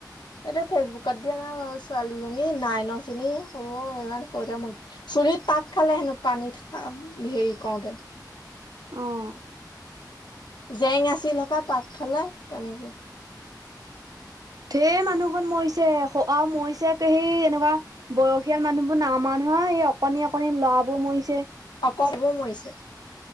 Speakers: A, on the left; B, on the right.
A: এয়া ফেচবুকত দিয়া নাই বাৰু ছোৱালীজনী নাইন শ্ৰেনী হ'ব ইমান সৰুতে মৰি চুলিত পাক খালে হেনো পানীত হেৰি কৰোঁতে।
B: অ
A: জেং আছিল সপাই পাক খালে তেনেকে।
B: ঢেৰ মানুহ খন মৰিছে মৰিছে সেই এনেকুৱা বয়সীয়াল মানুহবোৰ নাই মৰা নহয়। এই অকনি অকনি লৰাবোৰ মৰিছে।
A: কম কৈ মৰিছে।